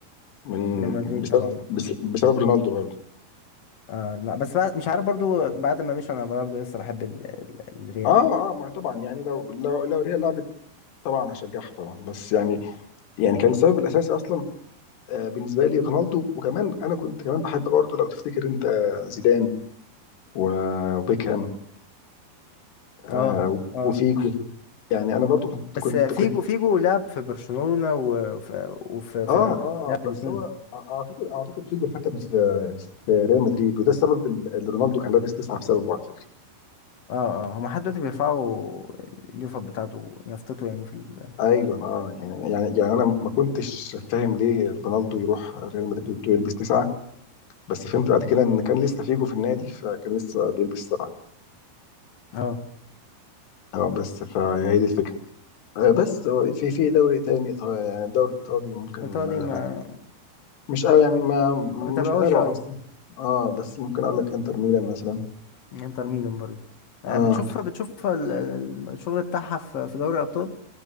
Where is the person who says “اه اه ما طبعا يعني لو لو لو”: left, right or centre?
Left